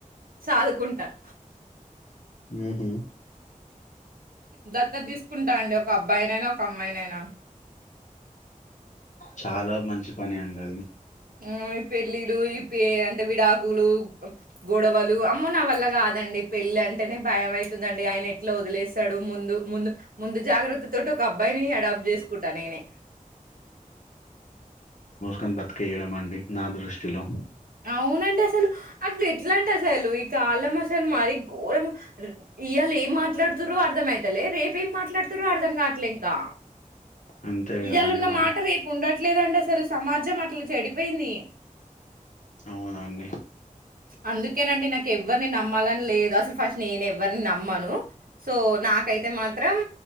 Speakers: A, on the right; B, on the left.
A: సాదుకుంటా అంట
B: హ్మ్ హు
A: దత్త తీసుకుంటా అండి ఒక అబ్బా బ్బాయినైనా ఒక అమ్మాయినైనా
B: చాలా మంచి పని అండి అది
A: హ్మ్ ఈ పెళ్ళిళ్ళు ఈ పేరంటం విడాకులు <unintelligible> గొడవలు ఆప్ మ్మో నా వల్ల కాదండి పెళ్ళి అంటేనే భయం అవుతుందండి ఆయన ఎట్లా వదిలేస్తాడు ముందు ముందు ముందు జాగ్రత్త తోటి ఒక అబ్బాయిని అడాప్ట్ చేసుకుంటా నేనే
B: కొని బతికేయడం అండి నా దృష్టిలో
A: అవునండి అసలు అట్ల ఎట్లండి అసలు కాలం అసలు మరి ఘోరం ఇయ్యాల ఏం మాట్లాడు తుర్రో అర్థమయితలే రేపేం మాట్లాడుతుర్రో అర్థం కావట్లే ఇంకా
B: అంతే కదండి
A: ఇయ్యాళున్న
B: మరి
A: మాట రేపు ఉండట్లే ట్లేదండి అసలు సమాజం అట్లా చెడిపోయింది
B: అవునా అండి
A: అందుకేనండి నాకు ఎవ్వరిని నమ్మాలని లేదు అసలు ఫస్ట్ నేను ఎవ్వరిని నమ్మను సో నాకైతే మాద్ త్రం